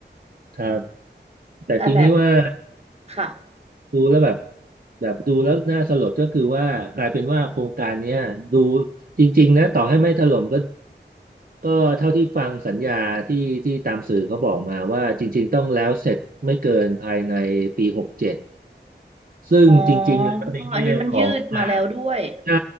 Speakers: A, on the right; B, on the right.
A: ครับแต่ทีนี้ว่า
B: แต่แบบ ค่ะ
A: ดูแล้วแบบแบบดูแล้วน่าสลดก็คือว่ากลายเป็นว่าโครงการเนี้ยดูจริงๆนะต่อให้ไม่ถล่มก็ก็เท่าที่ฟังสัญญาที่ที่ตามสื่อเขาบอกมาว่าจริงๆต้องแล้วเสร็จไม่เกินภายในปีหกเจ็ดซึ่งจริงๆแล้วในแง่ของา
B: อ๋อ อันนี้มันยืดมาแล้วด้วย
A: ใช่